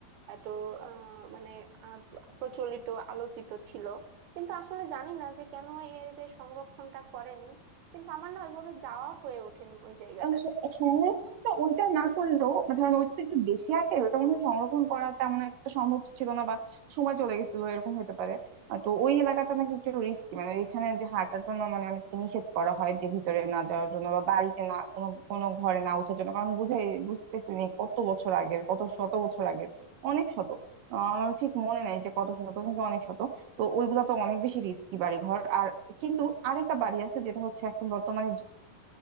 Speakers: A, on the right; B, on the right.
A: এত আহ মানে আহ, প্রচলিত আলোচিত ছিল কিন্তু আসলে জানি না যে কেন এর যে সংরক্ষণটা করেনি কিন্তু আমার না ওইভাবে যাওয়া হয়ে ওঠেনি ওই জায়গাটাতে
B: আহ স- সংরক্ষণটা ওইটা না করলেও মানে ধরেন ওইটা তো একটু বেশি আগের ওটা মনে হয় সংরক্ষণ করা তেমন একটা সম্ভব ছিল না বা সময় চলে গেছিল এরকম হতে পারে আহ তো ওই এলাকাটা নাকি একটু রিস্কি মানে এখানে যে হাঁটার জন্য মানে অনেককে নিষেধ করা হয় যে ভিতরে না যাওয়ার জন্য বা বাড়িতে না কোনো কোনো ঘরে না ওঠার জন্য কারণ বুঝাই বুঝতেছি নি কত বছর আগের কত শত বছর আগের অনেক শত আহ আমার ঠিক মনে নাই যে কত শত কিন্তু অনেক শত তো ওইগুলা তো অনেক বেশি রিস্কি বাড়িঘর আর কিন্তু আরেকটা বাড়ি আছে যেটা হচ্ছে এখন বর্তমানে